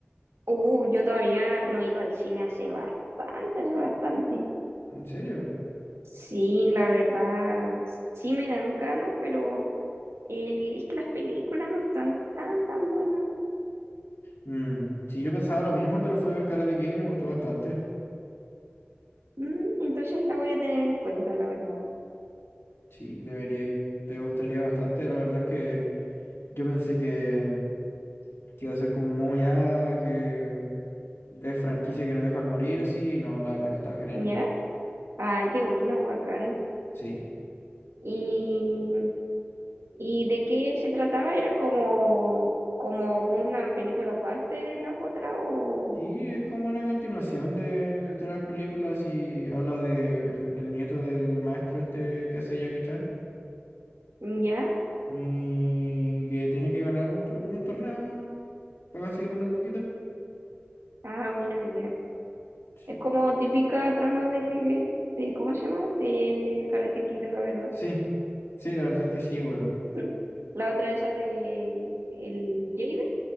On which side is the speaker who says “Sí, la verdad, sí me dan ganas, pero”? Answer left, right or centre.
Right